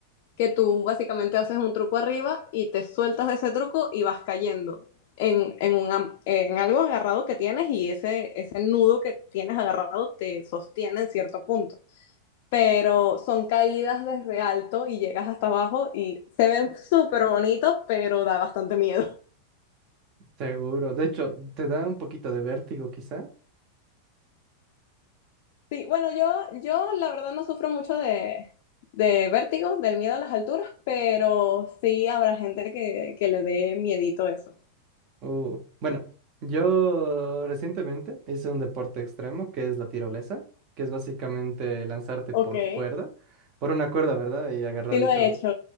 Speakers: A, on the left (about 50°); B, on the right (about 40°).
A: que tú básicamente haces un truco arriba y te sueltas de ese truco y vas cayendo en, en, un am- en algo agarrado que tienes y ese, ese nudo que tienes agarrado te sostiene en cierto punto pero son caídas desde alto y llegas hasta abajo y se ven súper bonitos, pero da bastante miedo. <laughs>
B: Seguro. De hecho, te da un poquito de vértigo quizá.
A: Sí, bueno, yo, yo la verdad no sufro mucho de, de vértigo, del miedo a las alturas, pero sí habrá gente que, que le dé miedito eso.
B: Uh, bueno, yo recientemente hice un deporte extremo que es la tirolesa, que es básicamente lanzarte
A: Ok,
B: por
A: sí
B: cuerda, por una cuerda, ¿verdad? Y agarradito.
A: lo he hecho,